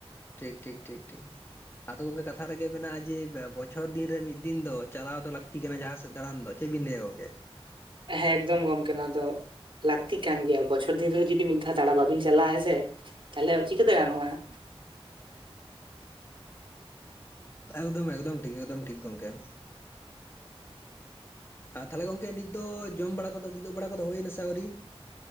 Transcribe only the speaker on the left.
ᱴᱷᱤᱠ ᱴᱷᱤᱠ ᱴᱷᱤᱠ ᱴᱷᱤᱠ ᱾ ᱟᱫᱚ ᱜᱚᱝᱠᱮ ᱠᱟᱛᱷᱟ ᱨᱮᱜᱮ ᱢᱮᱱᱟᱜᱼᱟ ᱡᱮ ᱵᱚᱪᱷᱚᱨ ᱫᱤᱱ ᱨᱮ ᱢᱤᱫ ᱫᱤᱱ ᱫᱚ ᱪᱟᱞᱟᱣ ᱫᱚ ᱞᱟᱹᱠᱛᱤ ᱠᱟᱱᱟ ᱡᱟᱦᱟᱸ ᱥᱮᱫ ᱫᱟᱬᱟᱱ ᱫᱚ ᱾ ᱪᱮᱫ ᱵᱤᱱ ᱞᱟᱹᱭᱟ ᱜᱚᱝᱠᱮ?
<inaudible> ᱮᱠᱫᱚᱢ ᱮᱠᱫᱚᱢ ᱴᱷᱤᱠ ᱮᱠᱫᱚᱢ ᱴᱷᱤᱠ ᱜᱚᱢᱠᱮ ᱾ ᱟᱨ ᱛᱟᱦᱞᱮ ᱜᱚᱝᱠᱮ ᱱᱤᱛ ᱫᱚ ᱡᱚᱢ ᱵᱟᱲᱟ ᱠᱚᱫᱚ ᱠᱤᱫᱳᱜ ᱵᱟᱲᱟ ᱠᱚᱫᱚ ᱦᱩᱭᱮᱱᱟ ᱥᱮ ᱟᱹᱣᱨᱤ?